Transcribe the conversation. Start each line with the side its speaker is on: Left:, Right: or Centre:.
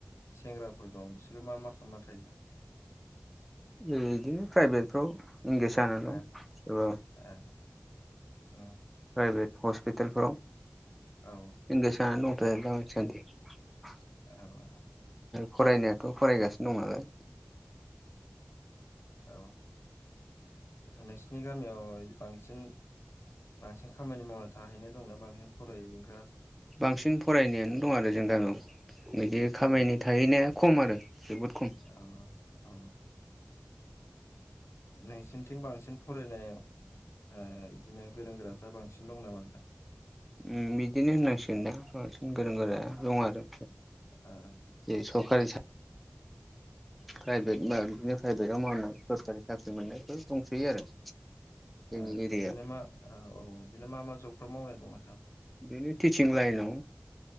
Left: सेंग्राफोर दं बिसोरो मा मा खालामना थायो?
Centre: बिदिनो प्राइभेटफ्राव इंगेस जानानै दं
Left: आ
Centre: सोरबा
Left: आ उम।
Centre: प्राइभेट हस्पितालफोराव
Left: औ
Centre: इंगेस जानानै दं। <unintelligible>
Left: औओ।
Centre: फरायनायाथ' फरायगासिनो दं नालाय।
Left: औ नोंसिनि गामियाव बांसिन बांसिन खामानि मावना थाहैनाय दंना बांसिन फरायै
Centre: बांसिन फरायनायानो दं आरो जों गामियाव। बिदि खामायनो
Left: आ
Centre: थायैनाया खम आरो जोबोद खम।
Left: औ औ। नोंसिनिथिं बांसिन फरायनायाव ओ बिदिनो गोरों - गोराफ्रा बांसिन दं नामा नोंथां?
Centre: उम बिदिनो होननांसिगोन दा, बांसिन गोरों गोरा दं आरो।
Left: आ
Centre: जे सखारि सा प्राइभेट मा बिदिनो प्राइभेटाव मावनाय सरखारि साख्रि मोननायफोर दंसैयो आरो। जोंनि
Left: ओ
Centre: एरियायाव
Left: बिदिनो मा ओ औ बिदिनो मा-मा जबफ्राव मावनाय दं नोंथां?
Centre: बिदिनो टिचिं लाइनाव